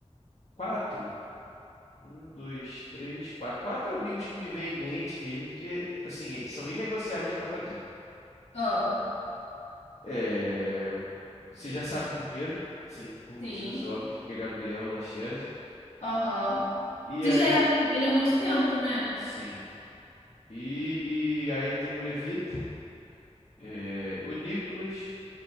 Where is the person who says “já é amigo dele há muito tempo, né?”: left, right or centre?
Left